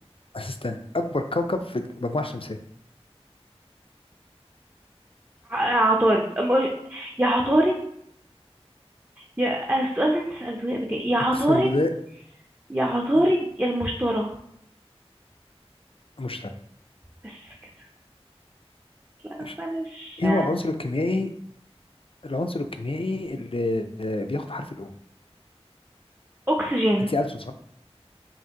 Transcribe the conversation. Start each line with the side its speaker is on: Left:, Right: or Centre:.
Left: بس استني أكبر كوكب في المجموعة الشمسية
Right: ع- عطارد أم- يا عطارد يا السؤال اللي انت سألته لي قبل كده يا عطارد
Left: أقسم بالله
Right: يا عطارد
Left: م-
Right: يا المشتري
Left: مشتري
Right: بس كده لا
Left: ماشي
Right: اصلا مش
Left: إيه هو العنصر الكيميائي العنصر الكيميائي اللي آه، بياخد حرف الأو
Right: اكسجين
Left: أنت ألسن صح؟